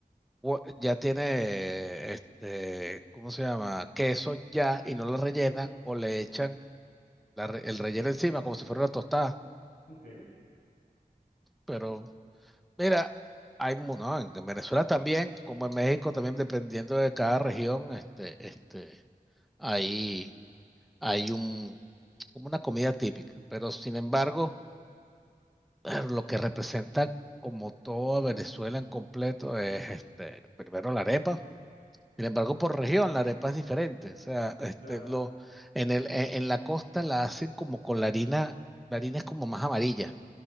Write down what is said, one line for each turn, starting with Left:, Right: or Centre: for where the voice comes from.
Centre: hue- ya tiene, este, ¿cómo se llama? Queso ya y no la rellena, o le echan la re- el relleno encima como si fuera una tostada.
Left: Ok,
Centre: Pero mira, hay, mu- no, en en Venezuela también, como en México también, dependiendo de cada región, este, este, ahí hay un, como una comida típica. Pero sin embargo, <clears throat> lo que representa como toda Venezuela en completo es, este, primero la arepa Sin
Left: claro,
Centre: embargo, por región la arepa es diferente. O sea, este,
Left: claro.
Centre: lo, en el, en, en la costa la hacen como con la harina, la harina es como más amarilla,